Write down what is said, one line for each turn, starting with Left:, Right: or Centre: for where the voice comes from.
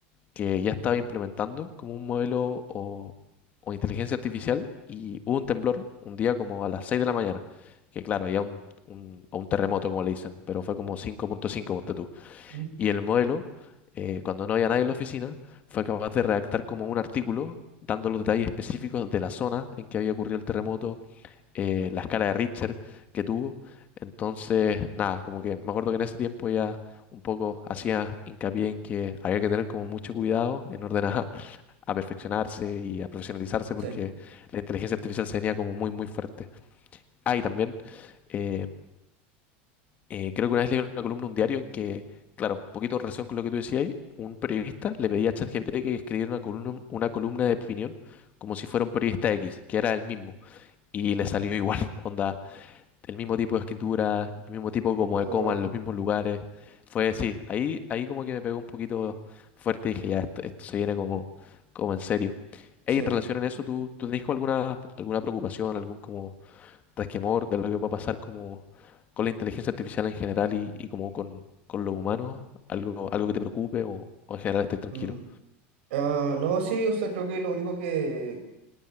Left: que ya estaba implementando como un modelo o, o inteligencia artificial y hubo un temblor un día como a las 6 de la mañana, que claro, había un, un, o un terremoto como le dicen, pero fue como 5.5, ponte tú.
Right: ¿Mm?
Left: Y el modelo, eh, cuando no había nadie en la oficina, fue capaz de redactar como un artículo dando los detalles específicos de la zona en que había ocurrido el terremoto, eh, la escala de Richter que tuvo. Entonces, nada, como que me acuerdo que en ese tiempo ya un poco hacía hincapié en que había que tener como mucho cuidado en orden <laughs> a, a perfeccionarse y a profesionalizarse porque
Right: Sí,
Left: la inteligencia artificial se venía como muy, muy fuerte. Ah, y también eh, eh, creo que una vez leí una columna, en un diario, en que, claro, un poquito en relación con lo que tú decías, ahí, un periodista le pedía a ChatGPT que escribiera una columna, una columna de opinión como si fuera un periodista X, que era el mismo, y le salió igual, <laughs> onda, el mismo tipo de escritura, el mismo tipo como
Right: no,
Left: de coma,
Right: wow.
Left: en los mismos lugares. Fue, sí, ahí, ahí como que me pegó un poquito fuerte y dije, ya, esto, esto se viene como, como en serio. Ey,
Right: Sí.
Left: en relación a eso, ¿tú, tú tenés como alguna, alguna preocupación, algún como resquemor de lo que va a pasar como con la inteligencia artificial en general y, y como con, con los humanos, algo, algo que te preocupe o, o en general estés tranquilo.
Right: Mm. Ah, no, sí, o sea, creo que lo único que,